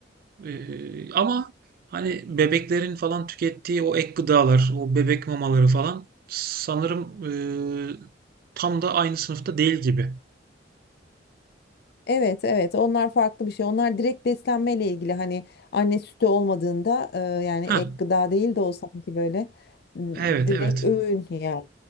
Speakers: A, on the right; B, on the left.
A: E, ama hani bebeklerin falan tükettiği o ek gıdalar, o bebek mamaları falan sanırım e, tam da aynı sınıfta değil gibi.
B: Evet evet onlar farklı bir şey. Onlar direkt beslenmeyle ilgili hani anne sütü olmadığında e, yani
A: Ha,
B: ek gıda değil de o sanki böyle m,
A: Evet,
B: direkt
A: evet.
B: öğün yani